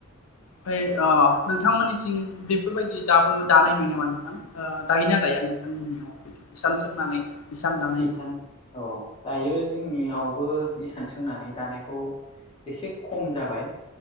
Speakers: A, on the left; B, on the left.
A: ओमफ्राय ओ नोंथांमोननिथिं बेफोरबायदि दाबो दानाय नुयो नामा नोंथां ओ दायोना दाया नोंसानि नआव इसान सोंनानै इसान दानाय
B: इसान औ दायो जोंनियावबो इसान सोंनानै दानायखौ एसे खम जाबाय